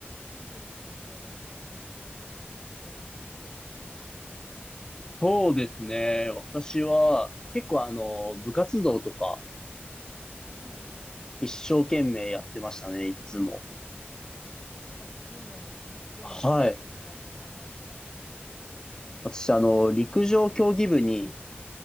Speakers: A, on the right (about 20°); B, on the left (about 15°).
A: 大成さんってどんな学生生活を送ってらっしゃったんですか
B: そうですね。私は、結構あの、部活動とか、
A: うんうん。
B: 一生懸命やってましたね、いつも。
A: うんあ、そうなんですね。どんな部活入られたんで
B: はい。
A: すよ
B: 私、あの、陸上競技部に